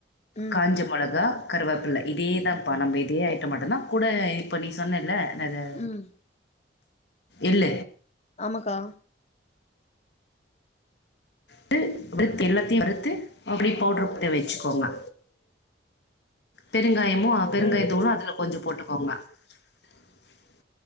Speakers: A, on the left (about 35°); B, on the left (about 70°).
A: ம்
B: காஞ்ச மொளகா கருவேப்பில்ல இதே தா பா நம்ம இதே ஐட்ட மட்டுதா கூட இப்போ நீ சொன்னே இல்ல அதா அதா
A: ம்
B: இல்ல
A: ஆமாக்கா
B: த்து வித் எல்லாத்தையு அறுத்து அப்டி பவுடர் பண் வச்சுக்கோங்க பெருங்காயமோ பெருங்காய
A: ம்
B: தூலோ அதுல கொஞ்ச போட்டுக்கோங்க உ <inaudible>